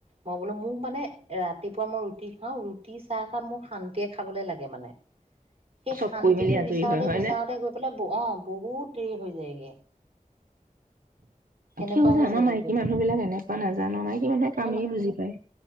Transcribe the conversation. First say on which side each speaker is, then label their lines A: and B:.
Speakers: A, on the right (about 40°); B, on the right (about 80°).
A: মই বোলো মোক মানে ৰাতি। ৰাতিপুৱা মই ৰুটি খাওঁ, ৰুটি চাহ কাম মোৰ শান্ত। লৈ খাবলৈ লাগে মানে? সেই
B: চব
A: শান্তিটো
B: কৰি মেলি আজৰি
A: বিচাৰতে,
B: হয়, হয়
A: বিচাৰোতে
B: নে?
A: গৈ পেলাই অ বহুত হৈ যায়গে তেনেকুৱা
B: কি হয় যে
A: হৈ
B: আমাৰ
A: যায়গে
B: মাইকী
A: গৈ থৈ
B: মানুহ বিলাক এনেকুৱা নাজানো মাইকী মানুহে কামেই
A: নহয় ন
B: বুজি পায়।